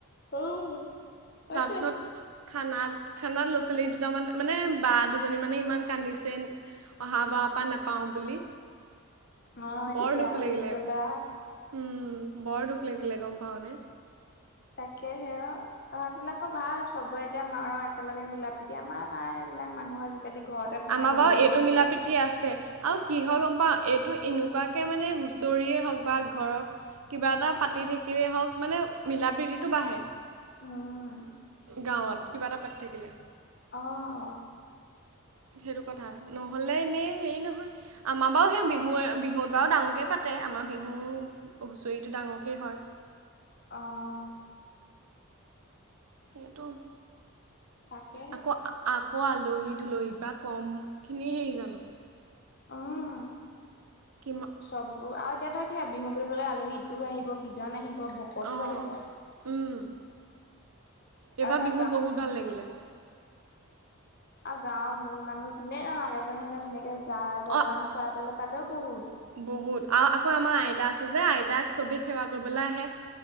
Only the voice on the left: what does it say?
অ' সেইটোৱে
অ' এদিন
বিয়া
হৈ
গুছি গ'লে
তাকেহে অ' তহঁত বিলাক ভাল চবে এতিয়া মাৰ একেলগে মিলাপ্ৰীতি আমাৰ নাই। এইবিলাক মানুহ আজিকালি ঘৰতে সোমাই
থাকিব
ব্যস্ত।
উম
অ'
অ'।
তাকে।
উম
চববোৰ আৰু এতিয়া তই কিহে বিহু বুলি ক'লে আলহী ইটো আহিব সিজন আহিব ভকতো
আহিব
<unintelligible> উম
আৰু
গাঁৱৰ মূল মানুহ যোনে নাহক এজন আহিলে ধুনীয়াকে জা-জলপান
খোৱাবলৈ পালেও বহুত।